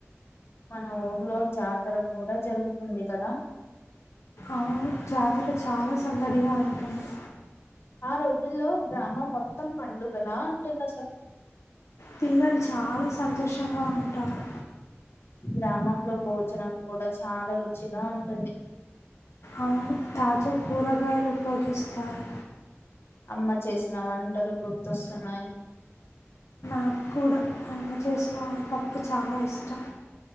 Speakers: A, on the left; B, on the left.
A: మన ఊర్లో జాతర కూడా జరుగుతుంది కదా
B: అవును జాతర చాలా సందడిగా ఉంటుంది
A: ఆ రోజుల్లో గ్రామం మొత్తం పండుగలా ఉంటుంది అసలు
B: పిల్లలు చాలా సంతోషంగా ఉంటారు
A: గ్రామంలో భోజనం కూడా చాలా రుచిగా ఉంటుంది
B: అవును తాజా కూరగాయలు ఉపయోగిస్తారు
A: అమ్మ చేసిన వంటలు గుర్తొస్తున్నాయి.
B: నాకు కూడా అమ్మ చేసిన పప్పు చాలా ఇష్టం